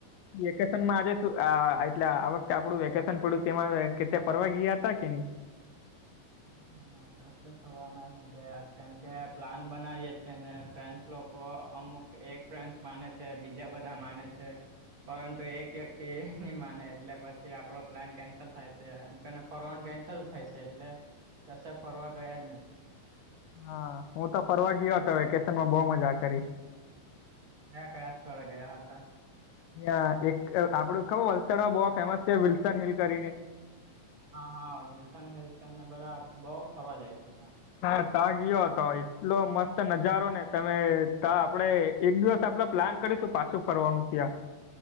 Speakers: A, on the left; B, on the right.
A: વેકેશનમાં આજે શું એટલે આ વખતે આપડું વેકેશન પડ્યું તેમાં કે્યા ફરવા ગયા હતા કે નહી
B: હા ના ફર ગયા કેમ કે પ્લાન બનાવીએ છે ને ફ્રેન્ડસ લોકો અમુક એક ફ્રેન્ડ માને છે બીજા બધા માને છે પરંતુ એક વ્યક્તિ નહી માને એટલે પછી આપડો પ્લાન કેન્સલ થાય છે એમને ફરવાનું કેન્સલ થાય છે એટલે કશે ફરવા ગયા જ નથી
A: હા હું તો ફરવા ગયો હતો વેકેશન માં બહુ મજા કરી
B: કયા કયા સ્થળે ગયા હતા
A: અહં એક આપડું ખબર વલસાડમાં બહુ ફેમસ છે વિલ્સન હિલ કરીને
B: હા હા વિલ્સન હેલ્સ ને બધા બઉ ફરવા જાય છે ત
A: હા તા ગયો હતો એટલો મસ્ત નજારો ને તમે ત આપડે એક દિવસ આપડ પ્લાન કરીશું પાછું ફરવાનું ત્યાં